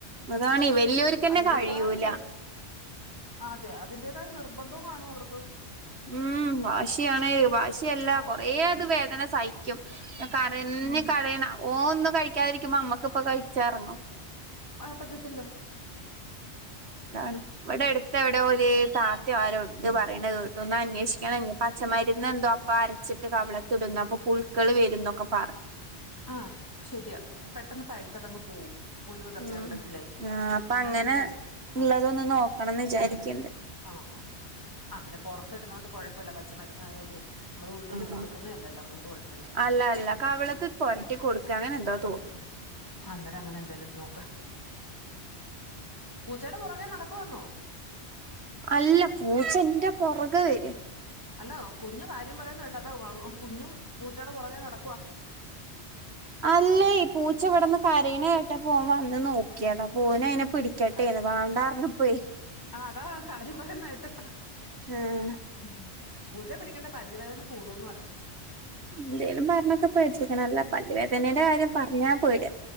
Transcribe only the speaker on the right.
അതാണ് വലിയോര്ക്കന്നെ
കഴിയൂല
ഉം വാശിയാണ് വാശിയല്ല
കൊറെേ അത് വേധന സഹി ക്കും കരഞ്
കരയ്ണ ഓ ഒന്നും കഴിക്കാതിരിക്കുമ്പോ അമ്മക്ക് പ്പ കഴിച്ചാ എറങ്ങോ?
ഇതാണ്. ഇവടട്ത്ത് എവ്ടെയോ ഒര് താത്തയോ ആരോണ്ട് പറിണകേട്ടു ഒന്ന് അന്വേഷിക്കണഞ്ഞി പച്ചമരുന്ന് എന്തോ അപ്പ അരച്ചിട്ട് കവിളത്ടുംന്ന് അപ്പൊ പുഴുക്കള് വരുന്നൊക്കെ പറ
ഉം
ആ അപ്പൊ അങ്ങനെ
ഉള്ളതൊന്ന്
നോക്കണംന്ന് വിചാരിക്കിണ്ട്.
ആഹ്
അല്ല അല്ല കവിളത്ത് പൊരട്ടി കൊടുക്ക അങ്ങനെ എന്തോ തോന്നുന്നു
അല്ല പൂച്ചന്റെ പൊറകെ വര.
അല്ലേയ്
പൂച് ച്ച ഇവിടന്ന് കരയ്ണേട്ടപ്പോ ഓൻ വന്ന് നോക്കിയതാ അപ്പൊ ഓനയ്നെ പിടിക്കട്ടേന്ന്
വാണ്ടർഞ്ഞപ്പൊയ്.
ആഹ്
എന്തേലും പർഞ്ഞൊക്കെ <unintelligible> അല്ലാ പല്ല് വേധനേന്റെ കാര്യം പർഞ്ഞാ പേട്യ